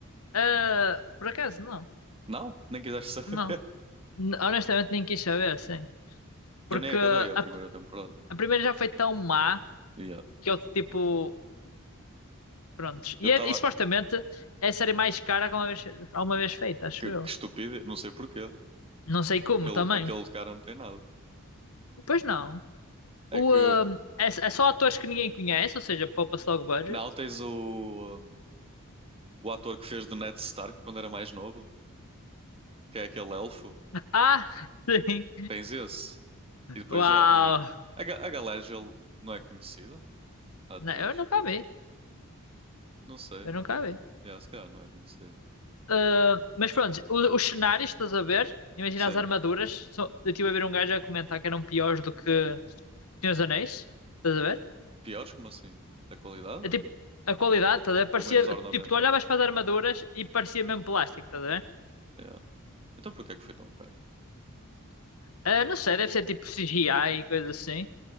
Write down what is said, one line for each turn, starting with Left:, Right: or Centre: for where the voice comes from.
Left: Eh, por acaso, não,
Right: Não, nem quiseste saber.
Left: não,
Right: <laughs>
Left: N- honestamente nem quis saber, sim, porque
Right: Eu nem acabei
Left: a,
Right: a primeira temporada.
Left: a primeira já foi tão má
Right: Yeah.
Left: que eu, tipo, prontos, e,
Right: Eu estava.
Left: é, e supostamente é a série mais cara que uma vez, alguma vez feita, acho
Right: Que,
Left: eu.
Right: que estúpido, não sei porquê.
Left: Não sei como
Right: Aquele,
Left: também.
Right: aquele cara não tem nada.
Left: Pois não.
Right: É
Left: O,
Right: que
Left: ahm, é, é só atores que ninguém conhece, ou seja, poupa-se logo budget.
Right: não tens o, um, o ator que fez do Ned Stark quando era mais novo, que é aquele elfo.
Left: Ah, <laughs> sim.
Right: Tens esse. E depois,
Left: Uau.
Right: já, ninguém. A, Ga- a Galadriel não é conhecida? A atriz?
Left: Não, eu nunca vi.
Right: Não sei.
Left: Eu nunca vi.
Right: Yeah, se calhar não é conhecida.
Left: Ah, mas pronto, o- os cenários, estás a ver? Imagina
Right: Sim.
Left: as armaduras. Só- eu estive a ver um gajo a comentar que eram piores do que Senhor dos Anéis. Estás a ver?
Right: Piores, como assim? Da qualidade?
Left: É tipo, a qualidade, estás a ver?
Right: Ou
Left: Parecia,
Right: menos ornamentado?
Left: tipo, tu olhavas para as armaduras e parecia mesmo plástico, estás a ver?
Right: Yeah. Então porquê é que foi tão caro?
Left: Ah, não sei, deve ser tipo CGI e coisa assim.